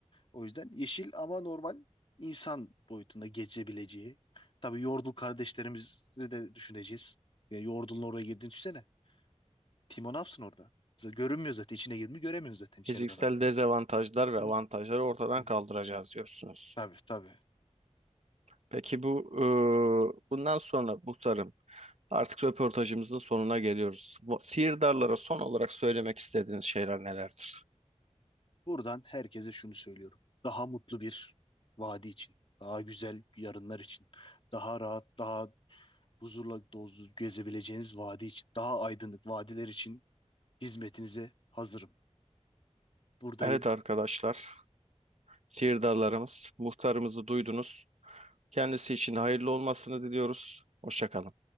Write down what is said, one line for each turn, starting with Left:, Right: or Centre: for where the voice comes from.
Left: O yüzden yeşil ama normal insan boyutunda geçebileceği. Tabii Yordle kardeşlerimizi de düşüneceğiz. Yani Yordle'ın oraya girdiğini düşünsene. Timo ne yapsın orada? Z- Görünmüyor zaten. İçine girdi mi göremiyoruz zaten
Right: Fiziksel
Left: içeride adam.
Right: dezavantajlar ve
Left: Hı.
Right: avantajları ortadan
Left: Hı.
Right: kaldıracağız diyorsunuz.
Left: Tabii tabii.
Right: Peki bu e, bundan sonra Musarım Artık röportajımızın sonuna geliyoruz. Bu, sihirdarlara son olarak söylemek istediğiniz şeyler nelerdir?
Left: Buradan herkese şunu söylüyorum. Daha mutlu bir vadi için. Daha güzel yarınlar için. Daha rahat, daha huzurla dolu gezebileceğiniz vadi için. Daha aydınlık vadiler için hizmetinize hazırım. Buradayım.
Right: Evet arkadaşlar, sihirdarlarımız, muhtarımızı duydunuz. Kendisi için hayırlı olmasını diliyoruz. Hoşça kalın.